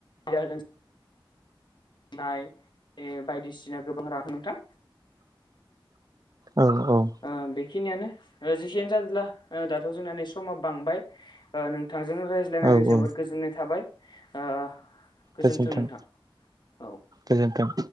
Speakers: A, on the left; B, on the right.
A: या जों- नाय ये बायदिसिना गोबां रां नोंथां!
B: औ औ!
A: ओ बेखिनियानो जेखियानो जादोला दाथ' जोंना नै समा बांबाय ओ नो- थांजों रायज्लायनानै
B: औ
A: जोबोद
B: औ
A: गोजोननाय थाबाय ओ- गोजोन्थों
B: गोजोनथों
A: नोंथां औ
B: गोजोनथों!